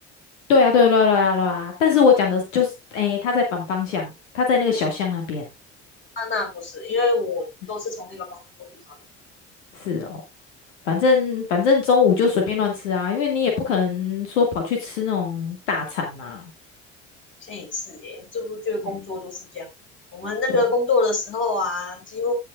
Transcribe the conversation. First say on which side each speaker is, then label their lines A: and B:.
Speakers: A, on the left (about 75°); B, on the left (about 30°).
A: 对啊，对啊对啊对啊对啊，但是我讲的就是，诶，他在反方向，他在那个小巷那边。
B: 那那不是，因为我都是从那个方向过去找你。
A: 嗯是哦，反正反正中午就随便乱吃啊，因为你也不可能说跑去吃那种大餐呐、
B: 现在也是耶，这不觉得工作都是这样。
A: 哎
B: 我们那个工作的时候啊，
A: 对，
B: 几乎